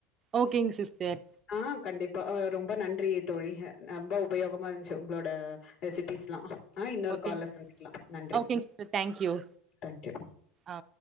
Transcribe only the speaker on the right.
ஓகேங்க சிஸ்டர்
ஓகேங்
ஓகேங்க சிஸ்டர் தேங்க்யூ
ஆ